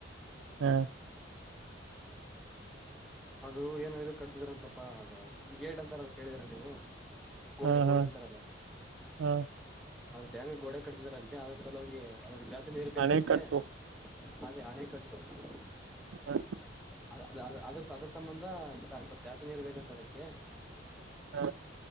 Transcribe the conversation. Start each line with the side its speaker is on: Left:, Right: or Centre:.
Right: ಹ್ಮ
Centre: ಅದು ಏನೋ ಇದು ಕಟ್ತಿದ್ರ ಅಂತಪ್ಪಾ ಅ ಗೇಟ್ ಅಂತಾರ ಕೇಳಿದ್ರ ನೀವು ಗೋಡೆ
Right: ಹಾ
Centre: ಗೋಡೆ
Right: ಹಾ
Centre: ಅಂತಾರಲ್ಲ
Right: ಹಾ
Centre: ಅ ಡ್ಯಾಮಗೆ ಗೋಡೆ ಕಟ್ತಿದಾರಂತೆ ಅದ್ರ ಸಲ ಹೋಗಿ ಅ ಜಾಸ್ತಿ ನೀರು ಬೇಕಂತೆ
Right: ಅಣೆಕಟ್ಟು
Centre: ಹಾ ಅದೇ ಹಣೆ ಕಟ್ <unintelligible>
Right: ಹಾ
Centre: ಅ ಅದ ಅದ ಸಂಬಂಧ ಸ್ವಲ್ಪ ಜಾಸ್ತಿ ನೀರ್ ಬೇಕಂತ ಅದಕ್ಕೆ
Right: ಹಾ